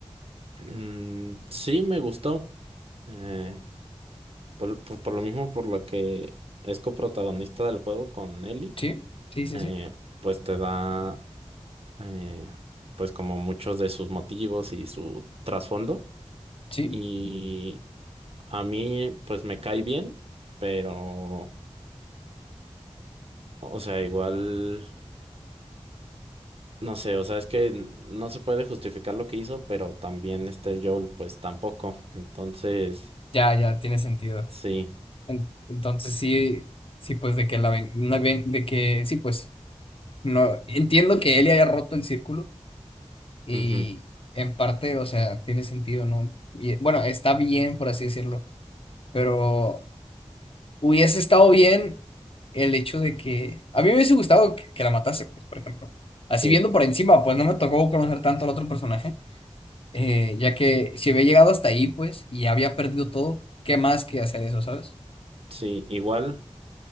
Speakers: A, on the right; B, on the left.
A: mm, sí me gustó. eh, por, por- por lo mismo, por lo que es coprotagonista del juego con Ellie,
B: Sí, sí, sí,
A: eh,
B: sí.
A: pues te da eh, pues como muchos de sus motivos y su trasfondo.
B: Sí,
A: Y a mí pues me cae bien, pero o sea, igual No sé, o sea, es que no se puede justificar lo que hizo, pero también este Joel, pues tampoco. Entonces,
B: ya, ya, tiene sentido.
A: sí,
B: En- entonces sí, sí, pues de que la ven, una ven- de que, sí, pues, no, entiendo que él haya roto el círculo Y
A: ujú,
B: en parte, o sea, tiene sentido, ¿no? Y, bueno, está bien, por así decirlo, pero hubiese estado bien el hecho de que... A mí me hubiese gustado que, que la matase, pues, por ejemplo. Así
A: sí,
B: viendo por encima, pues no me tocó conocer tanto al otro personaje, eh, ya que si había llegado hasta ahí, pues, y había perdido todo, ¿qué más que hacer eso, sabes?
A: sí, igual,